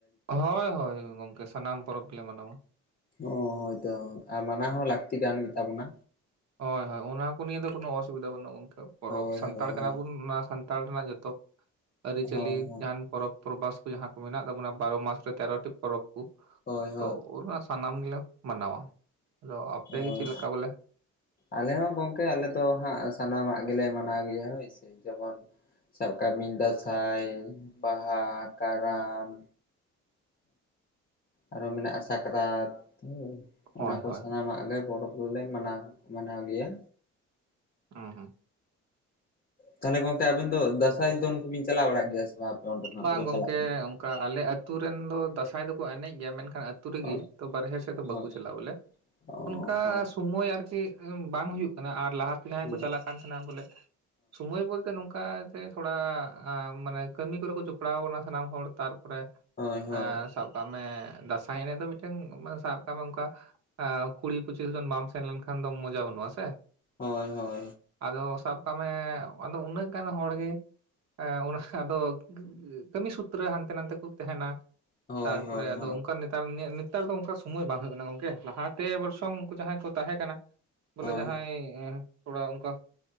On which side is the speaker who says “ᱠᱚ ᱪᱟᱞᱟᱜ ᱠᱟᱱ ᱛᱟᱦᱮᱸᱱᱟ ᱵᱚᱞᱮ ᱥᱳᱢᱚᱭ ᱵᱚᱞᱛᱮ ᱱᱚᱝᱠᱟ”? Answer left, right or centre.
Right